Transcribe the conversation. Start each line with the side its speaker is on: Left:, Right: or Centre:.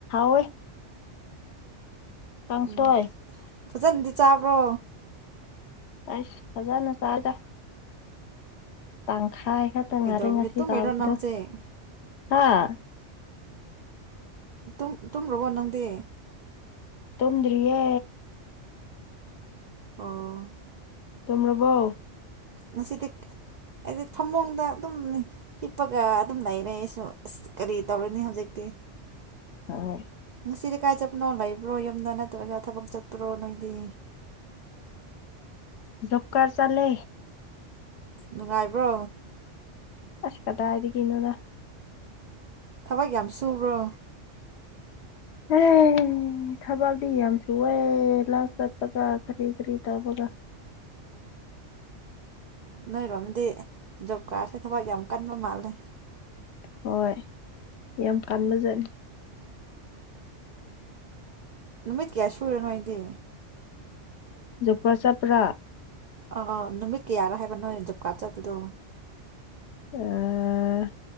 Left: ꯍꯦ ꯀꯥꯡꯁꯣꯏ
Right: ꯎꯝ ꯐꯖꯅꯗꯤ ꯆꯥꯕ꯭ꯔꯣ
Left: ꯑꯁ ꯐꯖꯅ ꯁꯥꯢꯗ ꯇꯪ ꯍꯥꯏ ꯈꯛꯇ
Right: ꯀꯩꯗꯧꯒꯦ
Left: ꯉꯥꯔꯦ ꯉꯁꯤ
Right: ꯇꯨꯝꯃꯤꯔꯣ
Left: ꯁꯥꯕꯗꯨ
Right: ꯅꯪ ꯍꯧꯖꯤꯛ
Left: ꯍꯥꯥ
Right: ꯇꯨꯝ ꯇꯨꯝꯔꯣꯕꯣ ꯅꯪꯗꯤ
Left: ꯇꯨꯝꯗ꯭ꯔꯤꯌꯦ
Right: ꯑꯣ
Left: ꯇꯨꯝꯔꯕꯣ
Right: ꯉꯁꯤꯗꯤ ꯑꯩꯗꯤ ꯐꯃꯣꯡꯗ ꯑꯗꯨꯝ ꯍꯤꯞꯄꯒ ꯑꯗꯨꯝ ꯂꯩꯔꯦ ꯑꯩꯁꯨ ꯑꯁ ꯀꯔꯤ ꯇꯧꯔꯅꯤ ꯍꯧꯖꯤꯛꯇꯤ
Left: ꯍꯣꯢ
Right: ꯪꯉꯁꯤꯗꯤ ꯀꯥꯏ ꯆꯠꯄꯅꯣ ꯂꯩꯕ꯭ꯔꯣ ꯌꯨꯝꯗ ꯅꯠꯇ꯭ꯔꯒ ꯊꯕꯛ ꯆꯠꯄ꯭ꯔꯣ ꯅꯣꯏꯗꯤ
Left: ꯖꯣꯕꯀꯔ ꯆꯠꯂꯦ
Right: ꯅꯨꯡꯉꯥꯏꯕ꯭ꯔꯣ
Left: ꯑꯁ ꯀꯗꯥꯢꯗꯒꯤꯅꯣꯗ
Right: ꯊꯕꯛ ꯌꯥꯝ ꯁꯨꯕ꯭ꯔꯣ
Left: ꯑꯦ ꯊꯕꯛꯗꯤ ꯌꯥꯝ ꯁꯨꯋꯦ ꯂꯧ ꯆꯠꯄꯒ ꯀꯔꯤ ꯀꯔꯤ ꯇꯧꯕꯒ
Right: ꯅꯣꯏꯔꯣꯝꯗꯤ ꯖꯣꯕ ꯀꯥꯔꯁꯦ ꯊꯕꯛ ꯌꯥꯝ ꯀꯟꯕ ꯃꯥꯜꯂꯦ
Left: ꯍꯣꯏ ꯌꯥꯝ ꯀꯟꯕꯖꯥꯠꯅꯤ
Right: ꯅꯨꯃꯤꯠ ꯀꯌꯥ ꯁꯨꯔꯦ ꯅꯣꯢꯗꯤ
Left: ꯖꯣꯕꯀꯥꯔ ꯆꯠꯄ꯭ꯔꯥ
Right: ꯑꯑꯥ ꯅꯨꯃꯤꯠ ꯀꯌꯥꯔ ꯍꯥꯏꯕ ꯅꯣꯏ ꯖꯣꯕ ꯀꯥꯠ ꯆꯠꯄꯗꯣ
Left: ꯑꯦ